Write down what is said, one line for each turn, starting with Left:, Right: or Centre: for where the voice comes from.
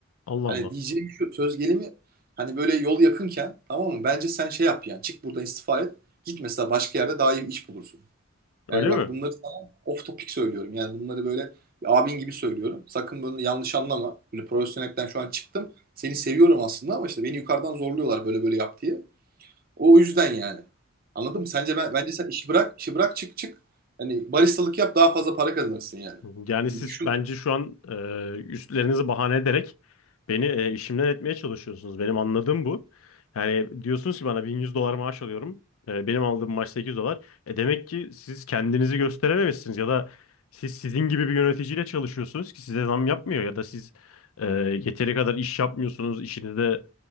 Left: Allah
Right: Hani
Left: Allah.
Right: diyeceğim şu söz gelimi hani böyle yol yakınken tamam mı? Bence sen şey yap yani çık buradan istifa et. Git mesela başka yerde daha iyi bir iş bulursun.
Left: Öyle
Right: Yani bak
Left: mi?
Right: bunları sana off topic söylüyorum. Yani bunları böyle bir abin gibi söylüyorum. Sakın bunu yanlış anlama. Böyle profesyonelden şu an çıktım. Seni seviyorum aslında ama işte beni yukarıdan zorluyorlar böyle böyle yap diye. O yüzden yani. Anladın mı? Sence ben bence sen işi bırak, işi bırak çık çık. Hani baristalık yap daha fazla para kazanırsın yani.
Left: Hı hı. Yani
Right: Bir
Left: siz
Right: düşün.
Left: bence şu an e, üstlerinizi bahane ederek beni e, işimden etmeye çalışıyorsunuz. Benim anladığım bu. Yani diyorsunuz ki bana 1100 dolar maaş alıyorum. E, benim aldığım maaş 800 dolar. E, demek ki siz kendinizi gösterememişsiniz ya da siz sizin gibi bir yöneticiyle çalışıyorsunuz ki size zam yapmıyor ya da siz e, yeteri kadar iş yapmıyorsunuz. İşinizde